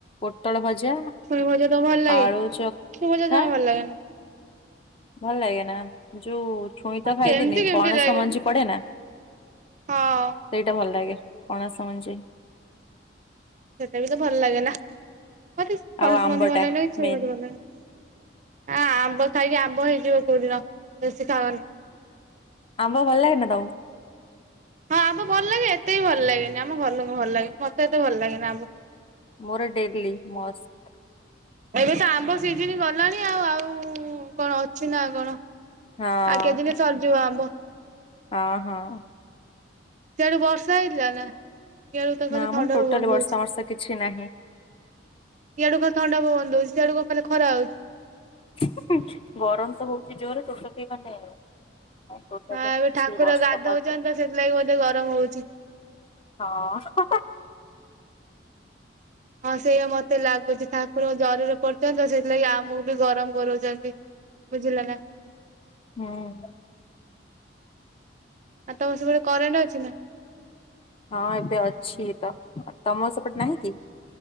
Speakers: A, on the left; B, on the right.
A: ପୋଟଳ ଭଜା।
B: ଛୁଇଁ ଭଜା ତମକୁ ଭଲ ଲାଗେ
A: ଆଳୁ ଚଖା
B: ଛୁଇଁ ଭଜା ଜମା ଭଲ ଲାଗେନା।
A: ଭଲ ଲାଗେ ନା। ଯୋଉ ଛୁଇଁ ତ ଖାଇଲିନି
B: କେମିତି କେମିତି
A: ପଣସ
B: ଲାଗେ
A: ମଞ୍ଜି ପଡେନା
B: ହଁ
A: ସେଇଟା ଭଲ ଲାଗେ ପଣସ ମଞ୍ଜି।
B: ସେଟା ବି ତ ଭଲ ଲାଗେ ନା। ମତେ ପଣସ
A: ଆଉ ଆମ୍ବଟା
B: ମଞ୍ଜି ଭଲ ଲାଗେନା କି ଛୁଇଁ
A: ମେନ୍
B: ମଞ୍ଜି ଭଲ ଲାଗେନା। ଆ ଆମ୍ବ ଖାଇକି ଆମ୍ବ ହେଇଯିବ କୋଉଦିନ ବେଶୀ ଖାଅନି।
A: ଆମ୍ବ ଭଲ ଲାଗେନା ତମକୁ?
B: ହଁ ଆମ୍ବ ଭଲ ଲାଗେ ଏତେ ବି ଭଲ ଲାଗେନି ଆମ ଘର ଲୋକଙ୍କୁ ଭଲ ଲାଗେ ମତେ ଏତେ ଭଲ ଲାଗେନି ଆମ୍ବ।
A: ମୋର ଡ଼େଲି ମସ୍ତ।
B: ଏବେ ତ ଆମ୍ବ ସିଜିନି ଗଲାଣି ଆଉ ଆଉ କଣ ଅଛି ନା କଣ।
A: ହଁ
B: ଆଉ କେଇ ଦିନେ ସରିଯିବ ଆମ୍ବ।
A: ହଁ ହଁ।
B: ସେଆଡୁ ବର୍ଷା ହେଇଥିଲା ନା ଇଆଡଡୁ ତ
A: ନା
B: ଖାଲି ଥଣ୍ଡା
A: ମ ଟୋଟାଲି
B: ପବନ
A: ବର୍ଷା
B: ଦଉଛି।
A: ବର୍ଷା କିଛି ନାହିଁ
B: ଇଆଡ଼ୁ ଖାଲି ଥଣ୍ଡା ପବନ ଦଉଚି ସିଆଡୁ କଣ ଖାଲି ଖରା ହଉଛି?
A: <unintelligible> ଗରମ ତ ହଉଛି ଜୋରେ ଶୋଷ ବି ମାନେ ଟୋଟାଲି
B: ହଁ ଏବେ
A: କିଛି
B: ଠାକୁର
A: ବର୍ଷା
B: ଗାଧଉଚନ୍ତି
A: ପାଗ
B: ତ ସେଥିଲାଗି ବୋଧେ ଗରମ ହଉଛି।
A: ହଁଅ <unintelligible>
B: ହଁ ସେଇୟା ମତେ ଲାଗୁଚି ଠାକୁର ଜରରେ ପଡିଚନ୍ତିତ ସେଇଥିଲାଗି ଆମକୁ ବି ଗରମ କରଉଚନ୍ତି। ବୁଝିଲ ନା?
A: ହଁ।
B: ଆଉ ତମର ସେପଟେ କରେଣ୍ଟ ଅଛି ନା?
A: ହଁ ଏବେ ଅଛି ତ ତମ ସେପଟେ ନାହିଁ କି?